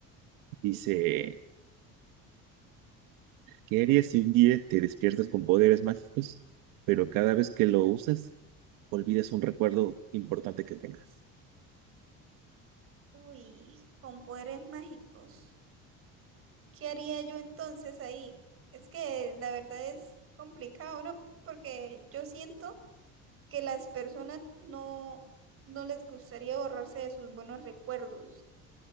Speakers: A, on the right; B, on the right.
A: Dice, ¿qué harías si un día te despiertas con poderes mágicos, pero cada vez que lo usas, olvidas un recuerdo importante que tengas?
B: Uy, con poderes mágicos. ¿Qué haría yo entonces ahí? Es que la verdad es complicado, ¿no? Porque yo siento que las personas no, no les gustaría borrarse de sus buenos recuerdos.